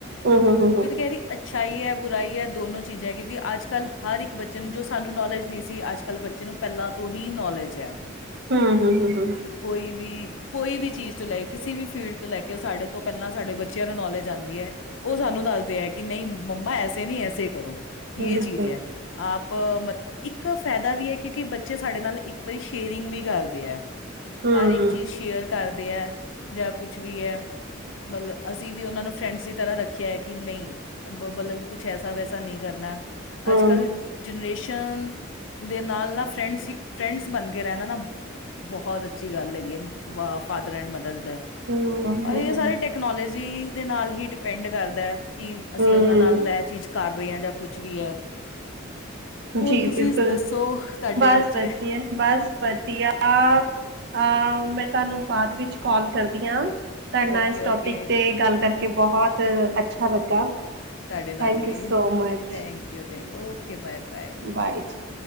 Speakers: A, on the right; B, on the left.
A: ਹੂੰ, ਹੂੰ, ਹੂੰ, ਹੂੰ,
B: ਓਹੀ ਤਾਂ ਕਹਿ ਰੀ। ਅੱਛਾਈ ਐ ਬੁਰਾਈ ਐ ਦੋਨੋ ਚੀਜ਼ਾਂ ਕਿਉਂਕਿ ਅੱਜ ਕੱਲ੍ਹ ਹਰ ਇੱਕ ਬੱਚੇ ਨੂੰ ਜੋ ਸਾਨੂੰ ਨੌਲੇਜ ਨਹੀਂ ਸੀ ਅੱਜ ਕੱਲ੍ਹ ਬੱਚੇ ਨੂੰ ਪਹਿਲਾਂ ਤੋਂ ਹੀ ਨੌਲੇਜ ਐ।
A: ਹੂੰ-ਹੂੰ, ਹੂੰ-ਹੂੰ,
B: ਕੋਈ ਵੀ ਕੋਈ ਵੀ ਚੀਜ਼ ਤੋਂ ਲੈ ਕੇ ਕਿਸੇ ਵੀ ਫੀਲਡ ਤੋਂ ਲੈ ਕੇ ਸਾਡੇ ਤੋਂ ਪਹਿਲਾਂ ਸਾਡੇ ਬੱਚਿਆਂ ਨੂੰ ਨੌਲੇਜ ਜਾਂਦੀ ਐ ਉਹ ਸਾਨੂੰ ਦੱਸਦੇ ਐ ਕਿ ਨਹੀਂ ਮੰਮਾ ਐਸੇ ਨਹੀਂ ਐਸੇ ਕਰੋ ਇਹ
A: ਬਿਲਕੁਲ।
B: ਚੀਜ਼ ਐ। ਆਪ ਮ ਇੱਕ ਫਾਇਦਾ ਵੀ ਐ ਕਿਉਂਕਿ ਬੱਚੇ ਸਾਡੇ ਨਾਲ ਇੱਕ ਵਾਰੀ ਸ਼ੇਅਰਿੰਗ ਵੀ ਕਰਦੇ ਐ।
A: ਹੂੰ,
B: ਹਰ ਇੱਕ ਚੀਜ਼ ਸ਼ੇਅਰ ਕਰਦੇ ਆ ਜਾਂ ਕੁਛ ਵੀ ਐ। ਮਤਲਬ ਅਸੀਂ ਵੀ ਉਹਨਾਂ ਨੂੰ ਫਰੈਂਡਸ ਦੀ ਤਰ੍ਹਾਂ ਰੱਖਿਆ ਐ ਕਿ ਨਹੀਂ। ਬ ਮਤਲਬ ਕਿ ਕੁਛ ਐਸਾ ਵੈਸਾ ਨਹੀਂ ਕਰਨਾ।
A: ਹੂੰ,
B: ਅੱਜ-ਕੱਲ੍ਹ ਜਨਰੇਸ਼ਨ ਦੇ ਨਾਲ ਨਾ ਫਰੈਂਡਸ, ਫਰੈਂਡਸ ਬਣ ਅੱਗੇ ਰਹਿਣਾ ਨਾ ਬਹੁਤ ਅੱਛੀ ਗੱਲ ਹੈਗੀ ਆ ਫਾਦਰ ਐਂਡ ਮਦਰ ਦੇ।
A: ਹੂੰ,
B: ਔਰ
A: ਹੂੰ,
B: ਇਹ ਸਾਰੇ ਟੈਕਨੋਲੋਜੀ ਦੇ ਨਾਲ ਹੀ ਡਿਪੈਂਡ ਕਰਦਾ ਏ ਕਿ ਅਸੀਂ
A: ਹੂੰ,
B: ਉਹਨਾਂ ਨਾਲ ਇਹ ਚੀਜ਼ ਕਰ ਰਹੇ ਆ ਜਾਂ ਕੁਛ ਵੀ ਐ। ਹੋਰ
A: ਜੀ
B: ਤੁਸੀਂ
A: ਬਿਲਕੁਲ।
B: ਦੱਸੋ ਤੁਹਾਡੇ
A: ਬਸ
B: ਬੱਚੇ।
A: ਵਧੀਆ, ਬਸ ਵਧੀਆ। ਅਹ ਮੈਂ ਤੁਹਾਨੂੰ ਬਾਅਦ ਵਿੱਚ ਕਾਲ ਕਰਦੀ ਆ। ਤਾਡੇ ਨਾਲ
B: ਓਕੇ
A: ਇਸ
B: ਓਕੇ
A: ਟੋਪਿਕ ਤੇ ਗੱਲ ਕਰਕੇ ਬਹੁਤ ਅੱਛਾ ਲੱਗਾ।
B: ਤਾਡੇ ਨਾਲ
A: ਥੈਂਕ
B: ਵੀ
A: ਯੂ ਸੋ ਮਚ,
B: ਥੈਂਕ ਯੂ ਤੇ ਓਕੇ ਬਾਏ-ਬਾਏ।
A: ਬਾਏ ਜੀ।